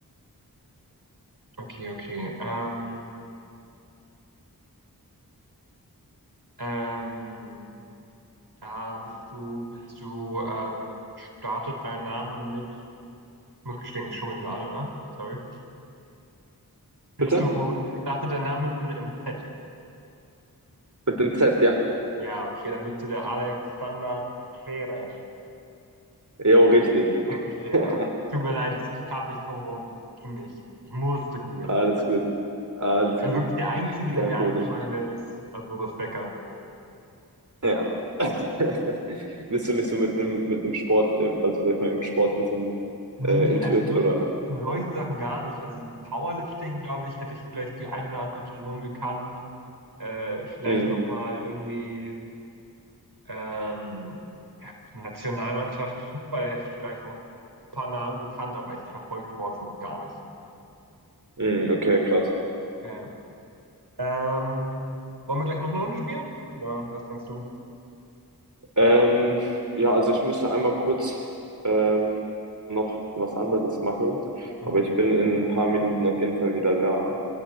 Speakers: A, on the right; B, on the right.
A: okay, okay. Ähm, ähm, Ah, bist du, bist du, ähm, startet dein Name mit, ich muss gestehen, ich schummel gerade, ne? Sorry. Bist
B: Bitte?
A: du, startet dein Name mit einem MZ?
B: Mit dem Z, ja.
A: Ja, okay, dann bist du der Alexander Zverev.
B: Jo, richtig.
A: Okay,
B: <laughs>
A: ja. tut mir leid, ich, ich kam nicht drum rum. Es ging nicht. Ich musste googeln.
B: Alles gut. Alles
A: Also
B: gut.
A: wirklich der Einzige, der
B: Kein
A: mir
B: Problem.
A: eingefallen wäre, ist äh, Boris Becker.
B: Ja. <laughs> Bist du nicht so mit dem, mit dem Sport, äh, also sag ich mal, im Sport bisschen
A: Nee,
B: äh, intuit
A: also so
B: oder?
A: in solchen Sachen gar nicht. Also so Powerlifting, glaube ich, hätte ich vielleicht die eine oder andere Person gekannt. Äh, vielleicht
B: Mhm.
A: nochmal irgendwie Ähm, Nationalmannschaft, Fußball hätte ich vielleicht noch ein paar Namen gekannt, aber ich verfolge Sport sonst gar nicht.
B: Mhm, okay, krass.
A: Okay. Ähm, wollen wir gleich noch eine Runde spielen? Oder was denkst du?
B: Ähm, ja, also ich müsste einmal kurz ähm, noch was anderes machen,
A: Okay.
B: aber ich bin in ein paar Minuten auf jeden Fall wieder da.